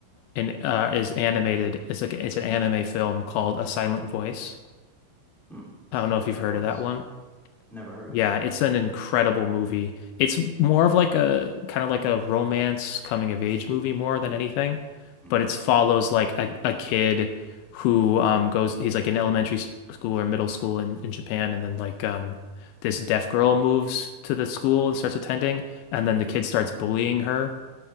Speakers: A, on the left; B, in the centre.
A: an uh is animated. It's like it's an anime film called A Silent Voice.
B: Hmm. Silent
A: I don't know if you've heard
B: voice.
A: of that one.
B: Never heard of
A: Yeah,
B: it.
A: it's an incredible movie. It's more of like a kind of like a romance coming of age movie more than anything,
B: hmm
A: but it follows like a, a kid who um goes he's like in elementary s- school or middle school in, in Japan and then like um this deaf girl moves to the school and starts attending and then the kid starts bullying her